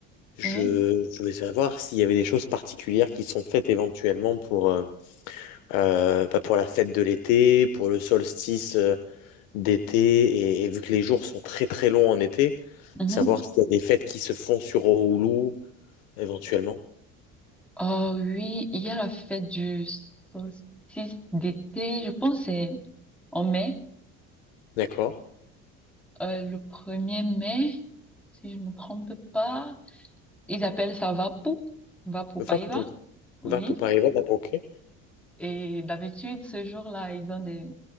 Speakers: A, on the left (about 75°); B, in the centre.
A: je,
B: Oui.
A: je voulais savoir s'il y avait des choses particulières qui sont faites éventuellement pour, euh, euh, bah, pour la fête de l'été, pour le solstice euh, d'été, et, et vu que les jours sont très très longs en été,
B: Mhm.
A: savoir s'il y a des fêtes qui se font sur Oulu, éventuellement.
B: Oh oui, il y a la fête du solstice d'été, je pense que c'est en mai.
A: D'accord.
B: euh, le premier mai, si je me trompe pas. Ils appellent ça Vapu, Vapu
A: Va
B: Paiva,
A: pour.
B: oui.
A: Va d'ac- ok.
B: Et d'habitude, ce jour-là, ils ont des,